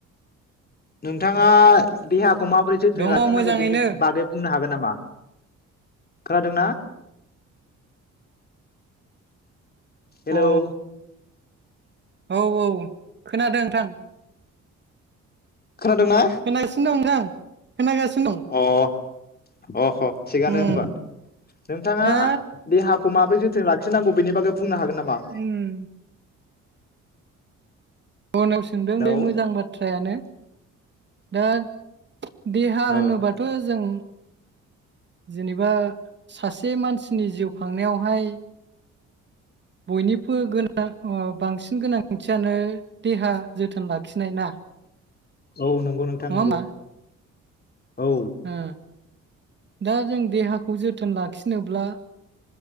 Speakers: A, on the left; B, on the right.
A: नोंथाङा देहा खौ माबोरै जोथोन
B: दङ
A: लािनांगौ
B: मोजाङैनो
A: बेनि बागै बुं हागोन नामा? मा खोनादों ना? हेलौ
B: अ औ औ खोनादों नोंथां
A: खोनादोंना
B: खोनागासिनो दं नोंथां खोनागासिनो दं।
A: अ अह ह। थिगानो
B: उम
A: होमबा नोंथाङा
B: दा
A: देहाख माबोरै जोथोन लाखिनांगौ बेनि बागै बुंनो हागोन नामा?
B: उम उनाव सोंदों
A: हेलौ
B: दे मोजां बाथ्रायानो दोद देहा
A: औ
B: होनोबाथ जों। जेनेबा सासे मानसिनि जिउ खांनायावहाय बयनिबो गोनां बांसिन गोनांथियानो देहा जोथोन लाखिनाय ना
A: औ नंगौ नोंथां
B: नङा
A: नंगौ।
B: होमबा
A: औ
B: ओ दा जों देहाखौ जोथोन लाखिनोब्ला